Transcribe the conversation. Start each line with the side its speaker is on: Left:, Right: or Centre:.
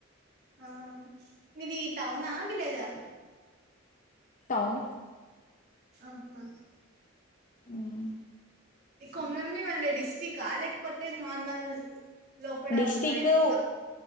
Right: ఆ మీది టౌనా విలేజా
Left: టౌన్ను
Right: ఆహా
Left: ఉమ్
Right: ఈ కొమలంబిం అంటే డిస్టికా లేకపోతే నార్మల్ లోపడ
Left: డిస్టికు
Right: ఉన్నాయా ఇంకా